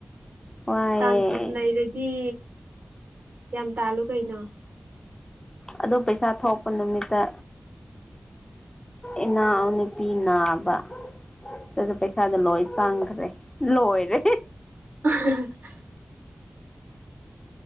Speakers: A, on the left; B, on the right.
A: ꯋꯥꯏꯑꯦ
B: ꯇꯥꯟꯐꯝ ꯂꯩꯔꯗꯤ ꯌꯥꯝ ꯇꯥꯂꯨ ꯀꯩꯅꯩꯅꯣ
A: ꯑꯗꯨ ꯄꯩꯁꯥ ꯊꯣꯛꯄ ꯅꯨꯃꯤꯠꯇ ꯏꯅꯥꯎ ꯅꯨꯄꯤ ꯅꯥꯕ ꯑꯗꯨꯗ ꯄꯩꯁꯥꯗꯣ ꯂꯣꯏ ꯇꯥꯡꯈ꯭ꯔꯦ ꯂꯣꯏꯔꯦ
B: <inaudible>